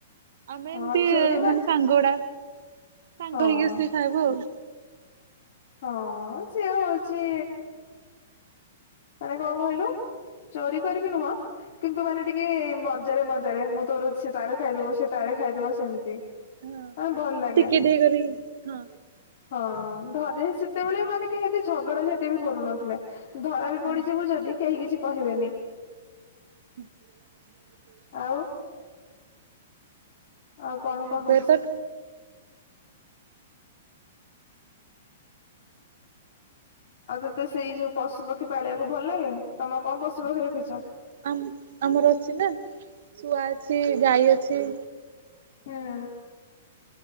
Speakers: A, on the right; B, on the left.
A: ଆମେ ଏମିତି
B: ହଁ ଚୋରି
A: ମାନେ ସାଙ୍ଗ ଗୁଡା ସାଙ୍ଗ
B: ହଁ
A: ହେଇକି ଆସିକି ଖାଇବୁ ଆଉ।
B: ହଁ ସେଏ ହଉଛି ମାନେ କଣ କହିଲୁ? ଚୋରି କରିକି ନୁହଁ କିନ୍ତୁ ମାନେ ଟିକେ ମଜାରେ ମଜାରେ ମୁଁ ତୋରଛି ତାର ଖାଇଦବ ସେ ତାର ଖାଇଦବ ସେମିତି
A: ହଁ।
B: ମାନେ ଭଲ ଲାଗେ।
A: ଟିକେ ଟିକେ କରିକି ହଁ
B: ହଁ ଘରେ ସେତେବେଳେ ମାନେ କେହି ଏତେ ଝଗଡା ଝାଟି ବି କରୁନଥିଲେ ଧରା ବି ପଡିଯିବୁ
A: ହଁ
B: ଯଦି କେହି କିଛି କହିବେନି।
A: <unintelligible>
B: ଆଉ ଆଉ କଣ କହ?
A: ଏବେ ତ
B: ଆଉ ତୋତେ ସେଇ ଯୋଉ ପଶୁପକ୍ଷୀ ପାଳିବାକୁ ଭଲ ଲାଗେ ତମ କଣ ପଶୁପକ୍ଷୀ ରଖିଛ?
A: ଆ ଆମର ଅଛି ନା ଶୁଆ ଅଛି ଗାଈ ଅଛି।
B: ହଁ।